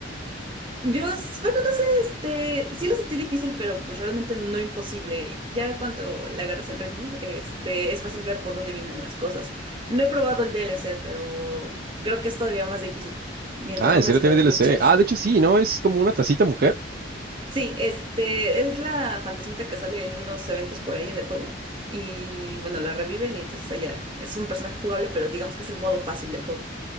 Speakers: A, on the right (about 25°); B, on the right (about 50°).
A: Yo, s- bueno, no sé, este, sí lo sentí difícil, pero pues realmente no imposible. Ya cuando le agarras el ritmo, este, es fácil ver por dónde vienen las cosas. No he probado el D L C pero creo que es todavía más difícil, mientras
B: Ah,
A: no
B: ¿en
A: juegues
B: serio
A: con
B: tiene DLC?
A: mis cheles.
B: Ah, de hecho sí, ¿no? Es como una tacita mujer.
A: Sí, este es la fantasmita que sale en unos eventos por ahí del juego y bueno, la reviven y entonces ella es un personaje jugable, pero digamos que es el modo fácil del juego.